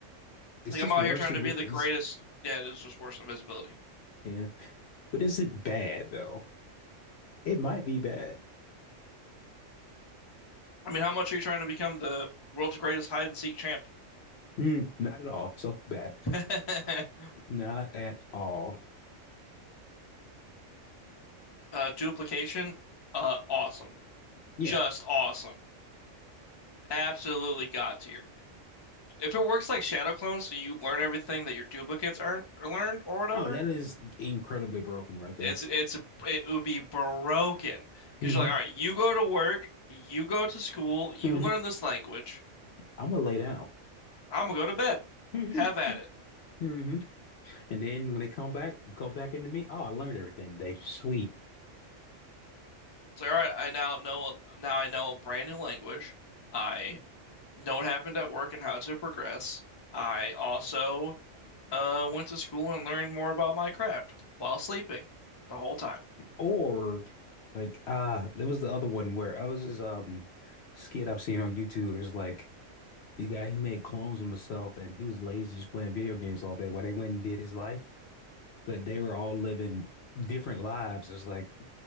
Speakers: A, on the left; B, on the left.
A: It's
B: Like
A: just
B: I'm out
A: worse
B: here trying
A: if
B: to be
A: it
B: the
A: is.
B: greatest. Yeah, it is just worse than invisibility.
A: Yeah. But is it bad though? It might be bad.
B: I mean, how much are you trying to become the world's greatest hide and seek champ?
A: Mm, not at all. So bad.
B: <laughs>
A: Not at all.
B: Uh, duplication, uh, awesome,
A: Yeah.
B: just awesome, absolutely God tier. If it works like Shadow Clone, so you learn everything that your duplicates aren't or learn or whatever,
A: Oh, that is incredibly broken right there.
B: it's it's it would be broken because
A: hmm
B: you're like, all right, you go to work, you go to school, you
A: hmm
B: learn this language.
A: I'm gonna lay down.
B: I'm gonna go to bed.
A: <laughs> hmm
B: Have at it.
A: hmm And then when they come back, go back into me. Oh, I learned everything today. Sweet.
B: It's like, all right, I now know now I know a brand new language. I know what happened at work and how to progress. I also uh went to school and learned more about my craft while sleeping the whole time.
A: Or like ah, there was the other one where I was this um skit I've seen on YouTube. It was like he got he made clones of himself and he was lazy just playing video games all day while they went and did his life, but they were all living different lives. It's like, I